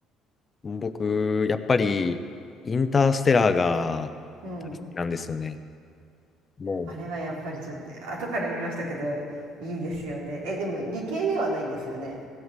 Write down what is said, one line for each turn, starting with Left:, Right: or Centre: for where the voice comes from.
Left: 僕、やっぱり、インターステラーが大好きなんですよね。
Right: た。うん。
Left: もう、
Right: あれはやっぱりちょっと、後から見ましたけど、いいですよね。え、でも理系ではないんですよね。